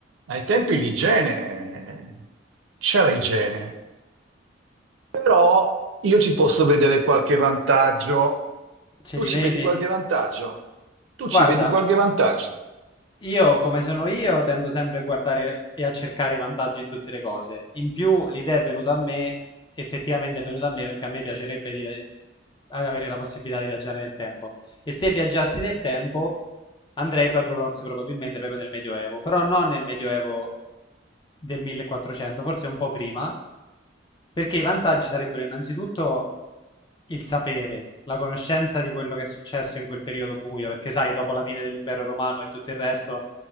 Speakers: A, on the right; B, on the left.
A: Ai tempi l'igiene, c'era igiene, però io ci posso vedere qualche vantaggio
B: Ce
A: tu
B: li
A: ci
B: vedi?
A: vedi qualche vantaggio? Tu
B: Guarda,
A: ci vedi qualche vantaggio?
B: io come sono io tendo sempre a guardare e a cercare i vantaggi in tutte le cose. In più, l'idea è venuta a me, effettivamente è venuta a me perché a me piacerebbe di- ad avere la possibilità di viaggiare nel tempo. E se viaggiassi nel tempo, andrei proprio, forse probabilmente proprio nel Medioevo, però non nel Medioevo del 1400, forse un po' prima, Perché i vantaggi sarebbero innanzitutto il sapere, la conoscenza di quello che è successo in quel periodo buio, perché sai, dopo la fine dell'impero romano e tutto il resto,